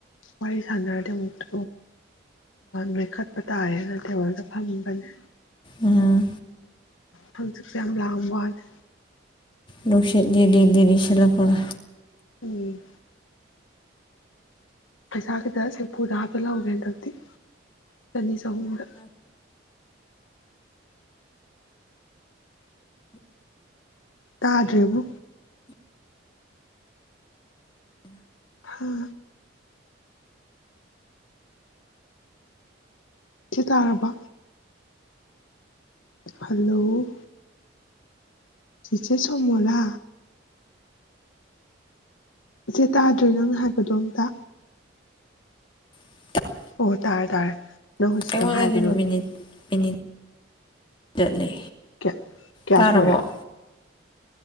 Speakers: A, on the left; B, on the left.
A: ꯋꯥꯔꯤ ꯁꯥꯟꯅꯔꯗꯤ ꯑꯃꯨꯛꯇ ꯅꯣꯏꯈꯠꯄ ꯇꯥꯔꯦꯅ ꯇꯦꯕꯜꯗ ꯐꯝꯕꯅꯦ
B: ꯎꯝ
A: ꯍꯪꯆꯤꯛ ꯌꯥꯝ ꯂꯥꯡꯕꯌ꯭ꯥꯅꯦ
B: ꯅꯨꯜꯁꯤꯠ ꯂꯤꯔꯤ ꯂꯤꯔꯤ ꯁꯤꯠꯂꯛꯄꯅꯦ
A: ꯎꯝ ꯄꯩꯁꯥꯈꯤꯇ ꯁꯦꯝꯐꯨꯗ ꯍꯥꯞꯆꯜꯍꯧꯒꯦ ꯍꯟꯇꯛꯇꯤ ꯆꯅꯤ ꯆꯍꯨꯝꯗ ꯇꯥꯗ꯭ꯔꯦꯕꯨ ꯍꯨꯝ ꯁꯤ ꯇꯥꯔꯕ ꯍꯜꯂꯣ ꯆꯤꯆꯦ ꯁꯣꯃꯣꯂꯥ ꯏꯆꯦ ꯇꯥꯗ꯭ꯔꯦ ꯅꯪꯅ ꯍꯥꯏꯕꯗꯣ ꯑꯝꯇ
B: <inaudible>
A: ꯑꯣ ꯇꯥꯔ ꯇꯥꯔꯦ ꯅꯪ ꯍꯧꯖꯤꯛꯇꯪ
B: ꯑꯩꯉꯣꯟꯗꯗꯤ
A: ꯍꯥꯏꯕꯗꯣ
B: ꯃꯤꯅꯤꯠ ꯃꯤꯅꯤꯠ ꯆꯠꯂꯦ
A: ꯀꯌꯥ ꯀꯌꯥ
B: ꯇꯥꯔꯕꯣ
A: ꯁꯨꯔꯒꯦ